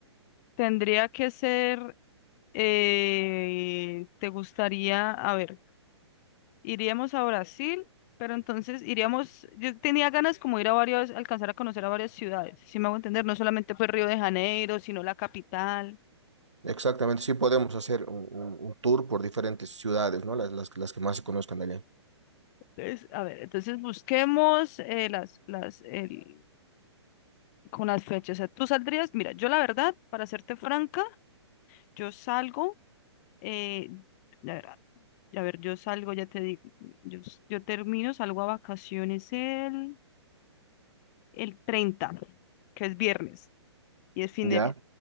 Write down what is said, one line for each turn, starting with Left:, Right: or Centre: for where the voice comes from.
Left: tendría que ser, eh, ¿te gustaría, a ver? Iríamos a Brasil, pero entonces iríamos, yo tenía ganas como ir a varios, alcanzar a conocer a varias ciudades, si me hago entender, no solamente fue Río de Janeiro, sino la capital.
Right: exactamente. Sí podemos hacer un, un- un tour por diferentes ciudades, ¿no? Las, las, las que más se conozcan de allá.
Left: Entonces, a ver, entonces busquemos eh, las, las, el- con las fechas. O sea, tú saldrías, mira, yo la verdad, para serte franca, yo salgo, eh, la verdad, a ver, yo salgo, ya te digo, yo, s- yo termino, salgo a vacaciones el, el 30, que es viernes, y es fin
Right: ¿Ya?
Left: de mes.